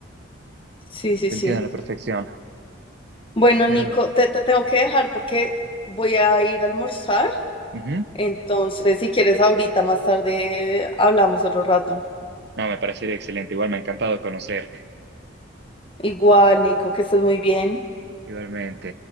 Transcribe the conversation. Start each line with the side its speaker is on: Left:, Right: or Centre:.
Left: Sí, sí,
Right: Te
Left: sí.
Right: entiendo a la perfección.
Left: Bueno,
Right: Pero...
Left: Nico, te, te tengo que dejar porque voy a ir a almorzar.
Right: ujú.
Left: Entonces, si quieres, ahorita más tarde hablamos otro rato.
Right: No, me parecería excelente. Igual me ha encantado conocerte.
Left: Igual, Nico, que estés muy bien.
Right: Igualmente.